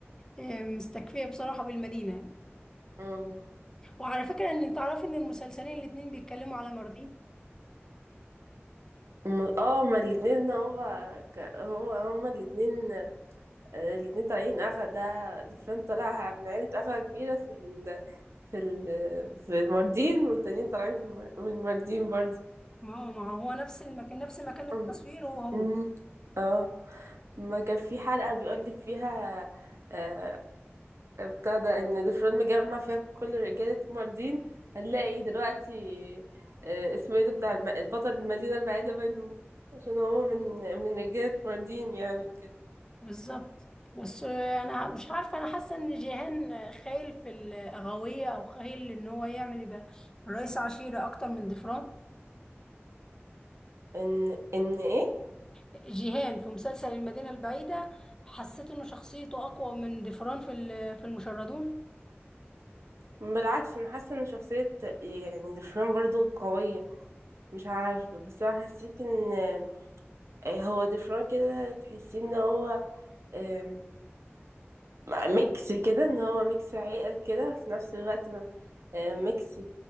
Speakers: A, on the left; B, on the right.
A: آه، مستكفية بصراحة بالمدينة يعني
B: امم
A: وعلى فكرة إن تعرف إن المسلسلين الاتنين بيتكلموا على ماردين
B: م- اه هما الاتنين هما ك... هما هما الاتنين آه، الاتنين طالعين اغا ده ديفلان طالع من عيلة اغا كبيرة في ال... في ال... في الماردين والتانيين طالعين من من الماردين برضه
A: ما هو ما هو نفس المكان نفس مكان
B: أم-
A: التصوير هو هو
B: أم. اه ما كان في حلقة بيقولك فيها آه، ابتدى ان دفرون مجمع فيها كل رجالة ماردين هنلاقي دلوقتي آه، اسمه ايه ده بتاع الم- البطل المدينة البعيدة بينهم عشان هو من من رجالة ماردين يعني كده
A: بالظبط بس آه، أنا مش عارفة أنا حاسة إن جيهان آه، خايل في الأغاوية أو خايل إن هو يعمل يبقى رئيس عشيرة أكتر من ضفران
B: ان ان ايه
A: جيهان في مسلسل المدينة البعيدة حسيت إن شخصيته أقوى من ضفران في ال- في المشردون
B: بالعكس انا حاسة ان شخصية يعني دفرون برضو قوية مش عارفة بس انا حسيت ان آه، هو دفرون كده تحسي ان هو آم، ميكس كده ان هو ميكس عقل كده في نفس الوقت آه، ميكس